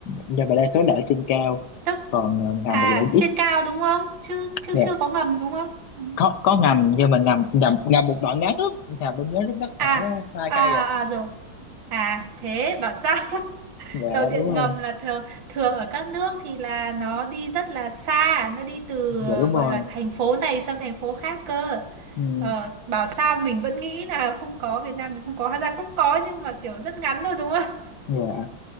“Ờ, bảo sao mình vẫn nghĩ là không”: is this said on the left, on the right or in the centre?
Right